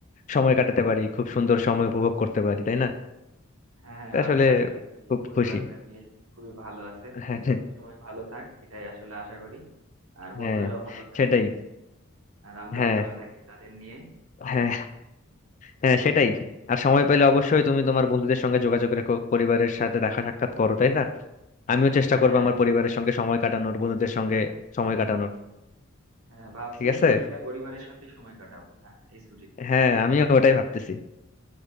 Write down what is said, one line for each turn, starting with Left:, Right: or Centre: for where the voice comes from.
Left: সময় কাটাতে পারি খুব সুন্দর সময় উপভোগ করতে পারি তাই না
Right: হ্যাঁ হ্যাঁ
Left: তো আসলে
Right: আমিও আসলে খুশি
Left: খুব
Right: পরিবার
Left: খুশি
Right: ফ্যামিলি খুবই ভালো আছে
Left: হ্যাঁ হ্যাঁ
Right: সবাই ভালো থাক এটাই আসলে আশা করি আর বন্ধুরাও
Left: হ্যাঁ,
Right: ভালো থাক
Left: সেটাই
Right: আর আমরাও
Left: হ্যাঁ
Right: ভালো থাকি তাদের নিয়ে তাই
Left: হ্যাঁ
Right: না
Left: হ্যাঁ সেটাই আর সময় পেলে অবশ্যই তুমি তোমার বন্ধুদের সঙ্গে যোগাযোগ রেখো পরিবারের সাথে দেখা সাক্ষাৎ করো তাই না আমিও চেষ্টা
Right: হ্যাঁ
Left: করবো
Right: হ্যাঁ
Left: আমার পরিবারের সঙ্গে সময় কাটানোর বন্ধুদের সঙ্গে সময় কাটানোর
Right: হ্যাঁ, ভাবছি
Left: ঠিক
Right: এই
Left: আছে
Right: ছুটিটা পরিবারের সাথে সময় কাটাবো হ্যাঁ এই ছুটি
Left: হ্যাঁ আমিও ওটাই ভাবতেছি